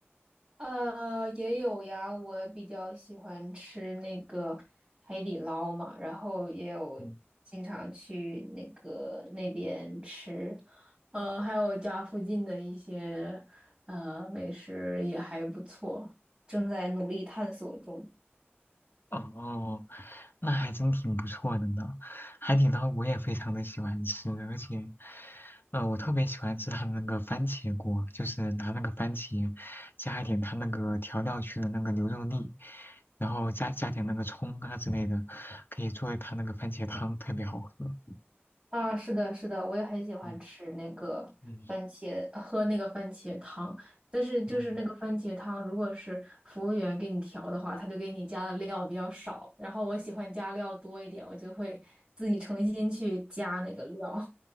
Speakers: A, on the right; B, on the left.
A: 呃，也有呀，我比较喜欢吃那个海底捞嘛，然后也有经常去那个那边吃。
B: 嗯，
A: 呃，还有家附近的一些呃美食也还不错，正在努力探索中。
B: 哦，那还真挺不错的呢。海底捞我也非常的喜欢吃，而且，呃，我特别喜欢吃他的那个番茄锅，就是拿那个番茄，加一点它那个调料区的那个牛肉粒，然后加加点那个葱啊之类的，可以做一它那个番茄汤，特别好喝。
A: 啊，是的，是的，我也很喜欢吃那个番茄，
B: 嗯嗯。
A: 呃喝那个番茄汤。但是就是那个番茄汤，
B: 嗯
A: 如果是服务员给你调的话，他就给你加的料比较少。然后我喜欢加料多一点，我就会自己重新去加那个料。